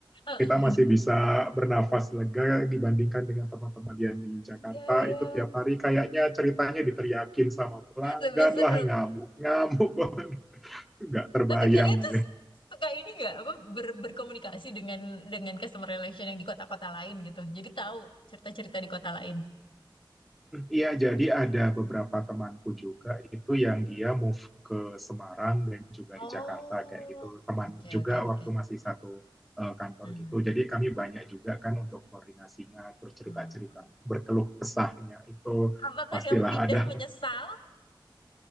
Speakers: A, on the left; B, in the centre.
A: eh,
B: kita masih bisa bernafas lega dibandingkan dengan teman-teman yang di Jakarta
A: iya iya.
B: itu tiap hari kayaknya ceritanya diteriakin sama pelanggan
A: Lebih seru.
B: lah ngamuk-ngamuk <laughs> nggak terbayang.
A: Tapi kalian tuh suka ini nggak apa ber- berkomunikasi dengan dengan customer relation yang di kota-kota lain gitu. Jadi tahu cerita-cerita di kota lain.
B: Iya, <laughs> jadi ada beberapa temanku juga itu yang dia move ke Semarang dan juga di
A: Oh,
B: Jakarta kayak gitu. Teman
A: oke
B: juga
A: oke
B: waktu
A: oke.
B: masih satu uh, kantor
A: Hmm,
B: gitu. Jadi kami banyak juga kan untuk koordinasinya, terus cerita-cerita,
A: hmm, hmm.
B: berkeluh kesahnya itu
A: Apakah
B: pastilah
A: yang pindah
B: ada.
A: menyesal?